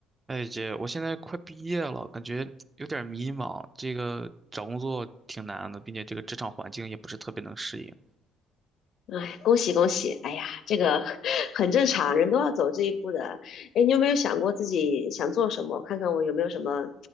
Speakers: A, on the right; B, on the left.
A: 哎姐，我现在快毕业了，感觉有点迷茫。这个找工作挺难的，并且这个职场环境也不是特别能适应。
B: 哎，恭喜恭喜！哎呀，这个 <laughs> 很正常，人都要走这一步的。哎，你有没有想过自己想做什么？看看我有没有什么